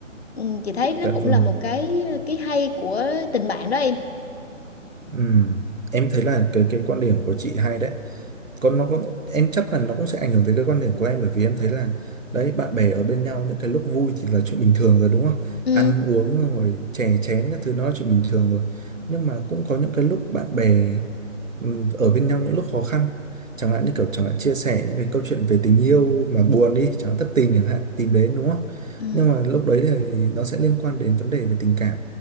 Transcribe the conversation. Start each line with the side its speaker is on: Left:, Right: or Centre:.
Left: ừ, chị thấy nó
Right: dạ
Left: cũng
Right: vâng
Left: là một cái cái hay của tình bạn đó em
Right: ừ. em thấy là cái cái quan điểm của chị hay đấy còn nó có em chắc là nó cũng sẽ ảnh hưởng tới cái quan điểm của em bởi vì em thấy là đấy bạn bè ở bên nhau những cái lúc vui thì là chuyện bình thường rồi đúng không
Left: ừ
Right: ăn uống rồi chè chén các thứ nó là chuyện bình thường rồi nhưng mà cũng có những cái lúc bạn bè ừm, ở bên nhau những lúc khó khăn chẳng hạn như kiểu chẳng hạn chia sẻ những cái câu chuyện về tình yêu mà buồn đi chẳng hạn thất tình chẳng hạn tìm đến đúng không
Left: ừ
Right: nhưng mà lúc đấy thì nó sẽ liên quan đến vấn đề về tình cảm